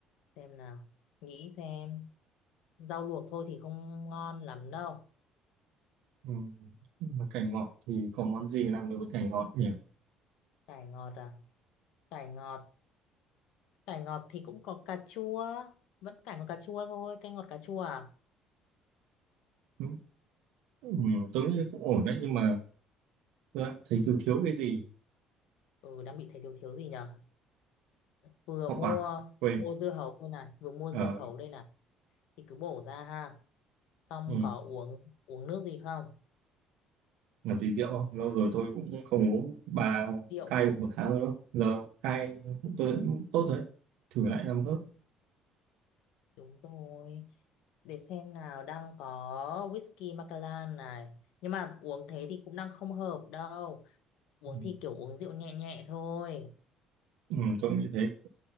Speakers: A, on the left (about 75°); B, on the right (about 80°).
A: xem nào nghĩ xem rau luộc thôi thì không ngon lắm đâu
B: ừ. mà cải ngọt thì có món gì làm được với cải ngọt nhỉ
A: cải ngọt à cải ngọt cải ngọt thì cũng có cà chua vẫn cải ngọt cà chua thôi canh ngọt cà chua à
B: ừ. Ừ, tôi nghĩ cũng ổn đấy nhưng mà tôi đang thấy thiếu thiếu cái gì
A: ừ đang bị thấy thiếu thiếu gì nhở vừa
B: hoa
A: mua
B: quả quên
A: vừa mua dưa hấu đây này vừa mua
B: Ờ,
A: dưa hấu đây này thì cứ bổ ra ha xong
B: ừ.
A: có uống uống nước gì không
B: làm tí rượu không lâu rồi tôi cũng không uống bà
A: rượu
B: cai được một tháng rồi đó. giờ cai tôi cũng tốt rồi đấy. thử lại năm hớp
A: Đúng rồi. Để xem nào, đang có whisky Macallan này. Nhưng mà uống thế thì cũng đang không hợp đâu. Uống
B: ừ.
A: thì kiểu uống rượu nhẹ nhẹ thôi.
B: Ừ, tôi nghĩ thế